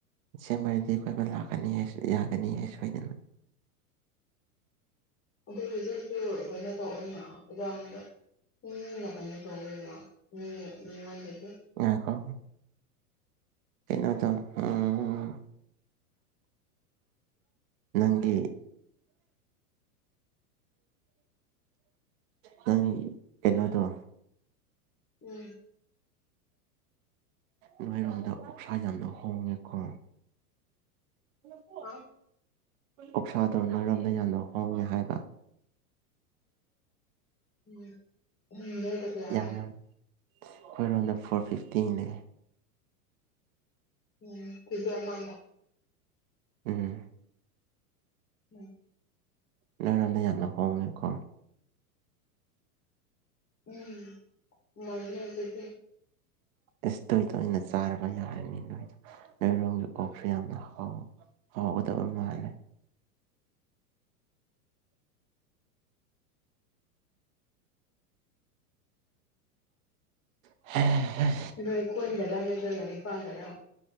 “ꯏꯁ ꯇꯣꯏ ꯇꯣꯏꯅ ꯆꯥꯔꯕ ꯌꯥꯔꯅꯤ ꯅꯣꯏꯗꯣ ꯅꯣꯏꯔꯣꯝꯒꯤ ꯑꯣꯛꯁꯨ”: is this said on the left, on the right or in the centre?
Right